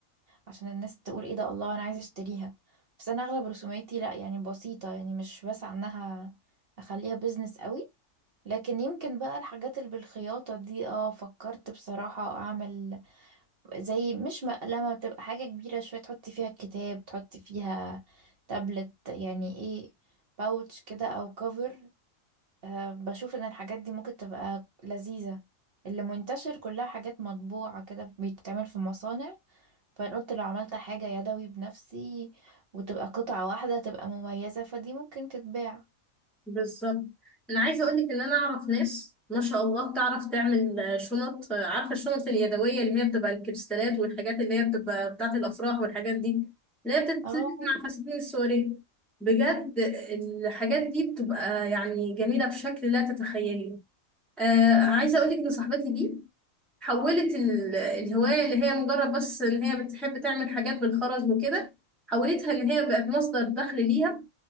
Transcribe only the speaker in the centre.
بالظبط انا عايزة اقولك ان انا اعرف ناس ما شاء الله تعرف تعمل آه، شنط آه، عارفة الشنط اليدوية اللي هي بتبقى الكريستالات والحاجات اللي هي بتبقى بتاعة الافراح والحاجات دي اللي هي بتتلبس
مع الفساتين السورية بجد الحاجات دي بتبقى يعني جميلة بشكل لا تتخيلي آه عايزة أقولك إن صاحبتي دي حولت ال- الهواية اللي هي مجرد بس إن هي بتحب تعمل حاجات بالخرز وكده حولتها إن هي بقت مصدر دخل ليها